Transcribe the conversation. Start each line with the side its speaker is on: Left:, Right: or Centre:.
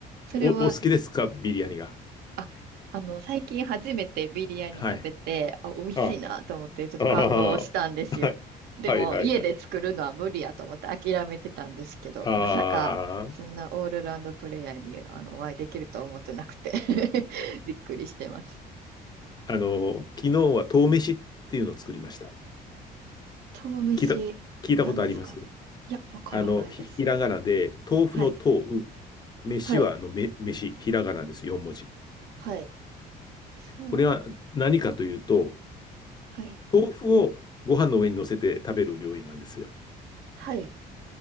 Right: それは
Left: お、お好きですかビリヤニが。
Right: あ、あの、最近初めてビリヤニ食べて、
Left: はい。
Right: あ、美味しいなと思って、
Left: あ
Right: ちょっと感動したんですよ。
Left: あ、ああ、はい。
Right: でも、
Left: はい、はい、
Right: 家で作るのは無理やと思って諦めてたんですけど、
Left: はい。あ
Right: まさか、そんなオールラウンドプレイヤーにあのお会いできるとは思ってなくて <laughs> びっくりしてます。
Left: あ、あの、昨日は豆飯っていうのを作りました。
Right: 豆飯、
Left: 聞いた、聞いたことあります
Right: 何ですかね。いや、わからないです。
Left: あの、ひ、ひらがなで、豆腐の豆、
Right: はい。
Left: う飯は、
Right: はい。
Left: あの、め、飯、ひらがなです。4文字。
Right: はい。それは
Left: これは何かというと、
Right: はい。
Left: 豆腐をご飯の上に乗せて食べる料理なんですよ。
Right: はい。